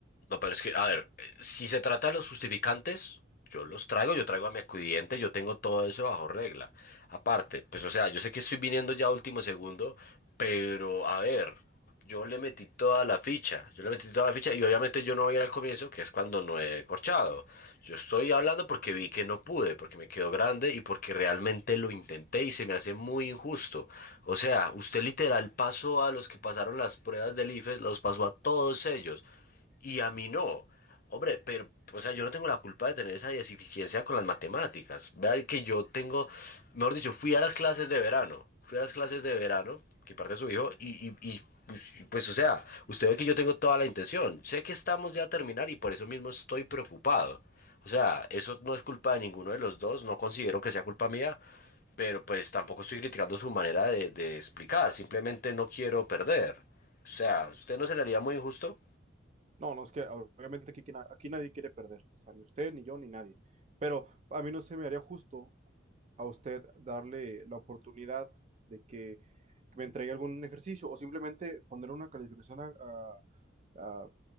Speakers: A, on the left; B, on the right.
A: No, pero es que, a ver, si se trata de los justificantes, yo los traigo, yo traigo a mi acudiente, yo tengo todo eso bajo regla. Aparte, pues o sea, yo sé que estoy viniendo ya a último segundo, pero a ver, yo le metí toda la ficha, yo le metí toda la ficha y obviamente yo no voy a ir al comienzo, que es cuando no he corchado. Yo estoy hablando porque vi que no pude, porque me quedó grande y porque realmente lo intenté y se me hace muy injusto. O sea, usted literal pasó a los que pasaron las pruebas del IFES, los pasó a todos ellos y a mí no. Hombre, pero, o sea, yo no tengo la culpa de tener esa deficiencia con las matemáticas. Vea que yo tengo, mejor dicho, fui a las clases de verano, fui a las clases de verano, que parte su hijo, y, y, y, pues, y, pues, o sea, usted ve que yo tengo toda la intención. Sé que estamos ya a terminar y por eso mismo estoy preocupado. O sea, eso no es culpa de ninguno de los dos, no considero que sea culpa mía, pero pues tampoco estoy criticando su manera de, de explicar, simplemente no quiero perder. O sea, ¿usted no se le haría muy injusto?
B: No, no, es que obviamente aquí, aquí nadie quiere perder. O sea, ni usted, ni yo, ni nadie. Pero a mí no se me haría justo a usted darle la oportunidad de que me entregue algún ejercicio o simplemente poner una calificación a- a- a-